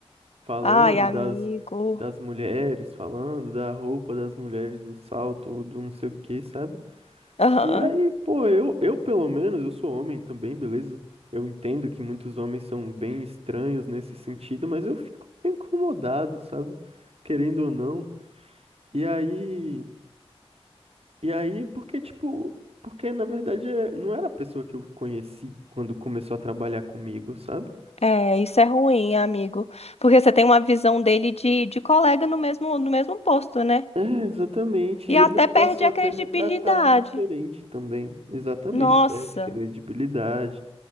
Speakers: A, on the right; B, on the left.
A: falando
B: Ai, amigo.
A: das das mulheres, falando da roupa das mulheres, do salto, do não sei o quê, sabe?
B: Aham.
A: E aí, pô, eu eu pelo menos, eu sou homem também, beleza? Eu entendo que muitos homens são bem estranhos nesse sentido, mas eu fico incomodado, sabe? Querendo ou não, e aí, e aí, porque tipo, porque na verdade é- não era a pessoa que eu conheci quando começou a trabalhar comigo, sabe?
B: É, isso é ruim, amigo. Porque você tem uma visão dele de, de colega no mesmo, no mesmo posto, né?
A: É, exatamente.
B: E
A: E ele
B: até
A: passou
B: perde a
A: até
B: credibilidade.
A: a me tratar de diferente também. Exatamente,
B: Nossa.
A: perde credibilidade,